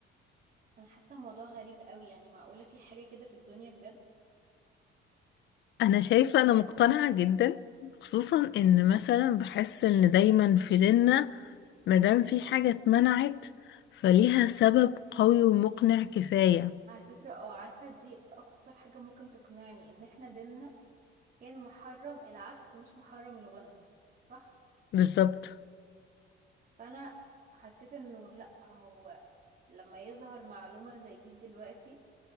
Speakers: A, on the right; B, on the left.
A: انا حاسه الموضوع غريب قوي يعني معقوله في حاجه كده في الدنيا بجد
B: أنا شايفة أنا مقتنعة جدا خصوصا إن مثلا بحس إن دايما في ديننا مادام في حاجة اتمنعت فليها سبب قوي ومقنع كفاية
A: على فكره اه عارفه دي اكتر حاجه ممكن تقنعني ان احنا ديننا كان محرم العزف مش محرم الغنى صح
B: بالظبط
A: فانا حسيت انه لا هو لما يظهر معلومه زي دي دلوقتي